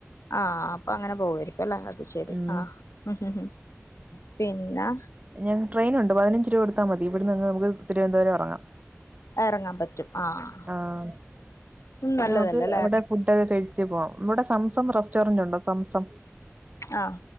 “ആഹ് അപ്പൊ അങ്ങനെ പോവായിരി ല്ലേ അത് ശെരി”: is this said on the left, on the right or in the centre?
Left